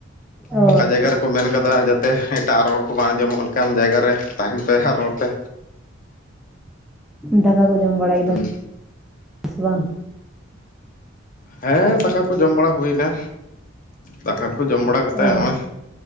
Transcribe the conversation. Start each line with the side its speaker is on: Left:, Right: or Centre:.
Centre: ᱚ
Left: ᱯᱷᱟᱠᱟ ᱡᱟᱭᱜᱟ ᱨᱮᱠᱚ ᱢᱮᱱ ᱠᱟᱫᱟ ᱡᱟᱛᱮ ᱮᱴᱟᱜ ᱨᱚᱲ᱾ ᱵᱟᱝ ᱟᱸᱡᱚᱢᱚᱜ ᱞᱮᱠᱟᱱ ᱡᱟᱭᱜᱟ ᱨᱮ ᱛᱟᱦᱮᱱ ᱯᱮ ᱟᱨ ᱨᱚᱲ ᱯᱮ᱾
Centre: ᱫᱟᱠᱟ ᱠᱚ ᱡᱚᱢ ᱵᱟᱲᱟ ᱠᱮᱫᱟ
Left: ᱦᱩᱸ
Centre: ᱥᱮ ᱵᱟᱝ᱾
Left: ᱦᱮᱸ ᱫᱟᱠᱟ ᱠᱚ ᱡᱚᱢ ᱵᱟᱲᱟ ᱦᱩᱭᱱᱟ, ᱫᱟᱠᱟ ᱠᱚ ᱡᱚᱢ ᱵᱟᱲᱟ ᱠᱟᱛᱮᱛ
Centre: ᱚ
Left: ᱱᱚᱜᱼᱚᱸᱚᱭ᱾